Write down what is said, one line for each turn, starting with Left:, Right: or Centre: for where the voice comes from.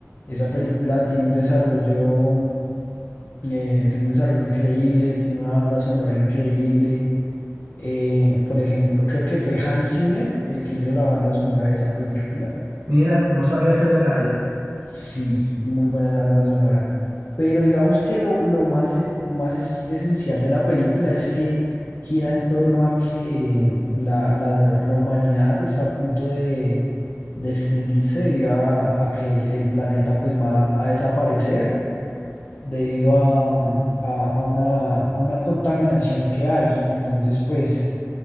Left: esa película tiene un desarrollo, eh, tiene un desarrollo increíble, tiene una banda sonora increíble. Eh, por ejemplo, creo que fue Hans Zimmer el que hizo la banda sonora de esa película.
Right: Mira, no sabía ese detalle.
Left: Sí, muy buena esa banda sonora. Pero digamos que lo, lo más, e- lo más es- esencial de la película es que gira en torno a que la, la- la humanidad está a punto de, de extinguirse debido a, a que el, el planeta pues va a desaparecer debido a, mm, a- a una, a una contaminación que hay. Entonces, pues